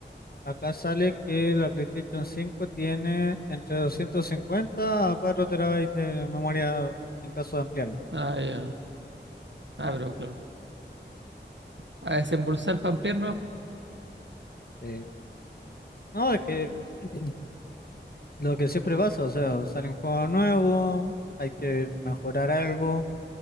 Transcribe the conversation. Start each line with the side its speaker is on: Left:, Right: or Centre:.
Left: Acá sale que la PlayStation cinco tiene entre 250 a 4 terabytes de memoria en caso de ampliarla.
Right: Ah, ya. Ah, pero claro. A desembolsar pampear nomás.
Left: Eh, no, es que <clears throat> lo que siempre pasa, o sea, sale un juego nuevo, hay que mejorar algo